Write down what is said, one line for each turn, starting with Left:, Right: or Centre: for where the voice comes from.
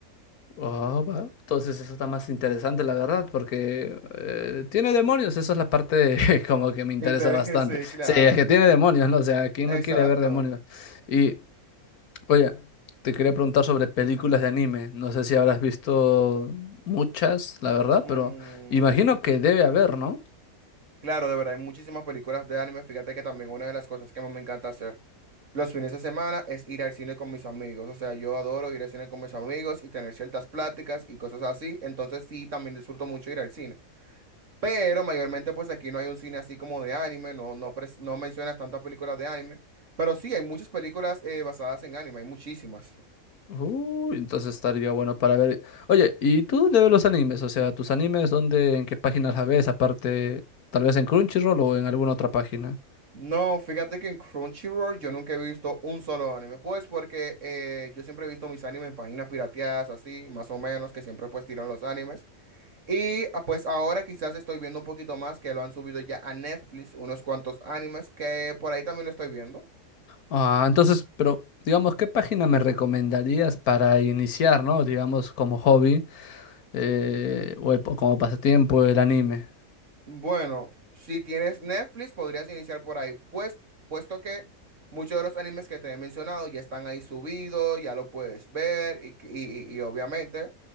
Left: Ah, va. Entonces eso está más interesante, la verdad, porque eh, tiene demonios. Esa es la parte <laughs> como que me interesa
Right: Interés,
Left: bastante.
Right: <laughs> sí, claro.
Left: Sí, es que tiene demonios, ¿no? O sea, ¿quién
Right: Exacto.
Left: no quiere ver demonios? Y, oye, te quería preguntar sobre películas de anime. No sé si habrás visto muchas, la verdad,
Right: Mm,
Left: pero imagino que debe haber, ¿no?
Right: Claro, de verdad, hay muchísimas películas de anime. Fíjate que también una de las cosas que más me encanta hacer los fines de semana es ir al cine con mis amigos. O sea, yo adoro ir al cine con mis amigos y tener ciertas pláticas y cosas así. Entonces sí, también disfruto mucho ir al cine. Pero mayormente pues aquí no hay un cine así como de anime, no, no, pres- no mencionas tantas películas de anime. Pero sí, hay muchas películas eh, basadas en anime, hay muchísimas.
Left: Uy, entonces estaría bueno para ver. Oye, ¿y tú de ver los animes? O sea, ¿tus animes dónde, en qué páginas las ves? Aparte, tal vez en Crunchyroll o en alguna otra página.
Right: No, fíjate que en Crunchyroll yo nunca he visto un solo anime, pues porque eh, yo siempre he visto mis animes en páginas pirateadas, así, más o menos, que siempre pues tiran los animes. Y ah, pues ahora quizás estoy viendo un poquito más que lo han subido ya a Netflix, unos cuantos animes que por ahí también lo estoy viendo.
Left: Ah, entonces, pero digamos, ¿qué página me recomendarías para iniciar, ¿no? Digamos, como hobby eh, o el- o como pasatiempo el anime.
Right: Bueno, si tienes Netflix, podrías iniciar por ahí, pues, puesto que muchos de los animes que te he mencionado ya están ahí subidos, ya lo puedes ver y, que- y- y- y obviamente